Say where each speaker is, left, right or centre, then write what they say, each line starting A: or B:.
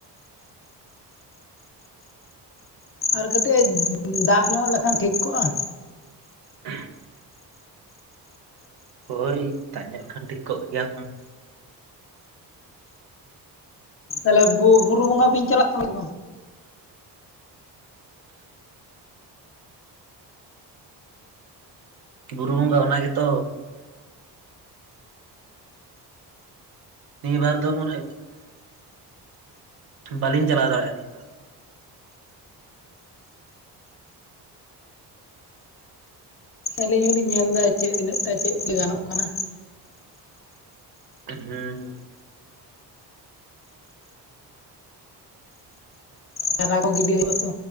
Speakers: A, on the left (about 35°); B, on the right (about 65°).
A: ᱟᱨ ᱠᱟᱹᱴᱤᱡ ᱫᱟᱜ ᱧᱚᱜ ᱞᱮᱠᱷᱟᱱ ᱴᱷᱤᱠ ᱠᱚᱜᱼᱟ᱾
B: <unintelligible> ᱦᱳᱭ ᱫᱟᱜ ᱧᱚᱜ ᱞᱮᱠᱷᱟᱱ ᱴᱷᱤᱠ ᱠᱚᱜ ᱜᱮᱭᱟ᱾
A: ᱛᱟᱦᱚᱞᱮ ᱵᱩ ᱵᱩᱨᱩ ᱵᱚᱸᱜᱟ ᱵᱤᱱ ᱪᱟᱞᱟᱜ ᱠᱟᱱᱟ ᱥᱮ ᱵᱟᱝ᱾
B: ᱵᱩᱨᱩ ᱜᱚᱸᱜᱟ ᱚᱱᱟ ᱜᱮᱛᱚ᱾ ᱱᱤᱭᱟᱹ ᱵᱟᱨ ᱫᱚ ᱢᱚᱱᱮ ᱵᱟᱞᱤᱧ ᱪᱟᱞᱟᱣ ᱫᱟᱲᱮᱭᱟᱜᱼᱟ᱾ ᱵᱟᱨ ᱫᱚ
A: ᱟᱹᱞᱤᱧ ᱦᱚᱞᱤᱧ ᱧᱮᱞ ᱫᱟ ᱪᱮᱫ ᱛᱤᱱᱟᱹᱜ ᱴᱟ ᱪᱮᱫ ᱛᱮ ᱜᱟᱱᱚᱜ ᱠᱟᱱᱟ᱾
B: ᱦᱩᱸ
A: ᱪᱟᱨᱟ ᱠᱚ ᱜᱤᱰᱤ ᱦᱩᱣᱩᱜ ᱟᱛᱚ᱾